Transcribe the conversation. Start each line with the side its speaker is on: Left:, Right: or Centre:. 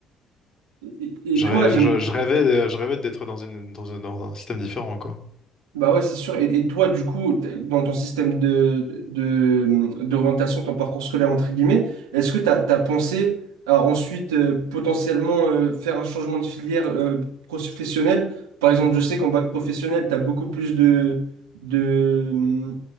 Right: Et, et-
Left: Je,
Right: et toi,
Left: rê-
Right: j'aime.
Left: je, je rêvais, je rêvais d'être dans une dans un, dans un système différent, quoi.
Right: Bah ouais, c'est sûr. Et, et toi, du coup, t'es- dans ton système de, de, d'orientation, ton parcours scolaire, entre guillemets, est-ce que t'as, t'as pensé à ensuite euh, potentiellement euh, faire un changement de filière euh, professionnelle? Par exemple, je sais qu'en bac professionnel, t'as beaucoup plus de, de, hum,